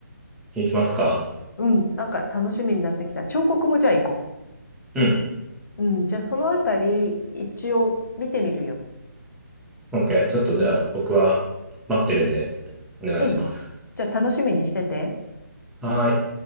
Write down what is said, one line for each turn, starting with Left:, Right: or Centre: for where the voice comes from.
Centre: 行きますか。
Left: うん。なんか楽しみになってきた。彫刻もじゃあ行こ
Centre: うん。
Left: う。うん。じゃあそのあたり、一応見てみるよ。
Centre: OK。ちょっとじゃあ僕は
Left: うん。
Centre: 待ってるんでお願いします。
Left: うん。じゃあ楽しみにしてて。
Centre: はーい。